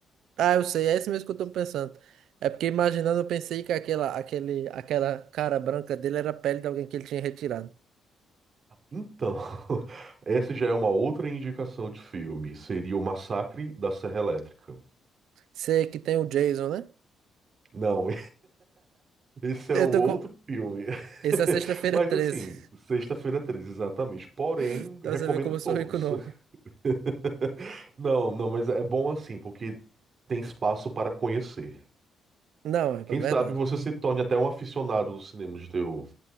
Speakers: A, on the right; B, on the right.
A: Ah, eu sei, é esse mesmo que eu tô pensando. É porque imaginando, eu pensei que aquela, aquele, aquela cara branca dele era a pele de alguém que ele tinha retirado.
B: Então, <laughs> essa já é uma outra indicação de filme, seria o Massacre da Serra Elétrica.
A: Sei que tem o Jason, né?
B: Não, Esse é
A: Eu
B: um
A: tô
B: outro
A: com...
B: filme.
A: Esse
B: <laughs>
A: é sexta-feira
B: Mas
A: treze
B: assim, Sexta-feira 13, exatamente. Porém,
A: <laughs> Então
B: recomendo
A: você vê como
B: todos.
A: eu sou rico o nome.
B: <laughs> Não, não, mas é bom assim, porque tem espaço para conhecer.
A: Não, é pra-
B: Quem
A: verdade.
B: sabe você se torne até um aficionado do cinema de terror.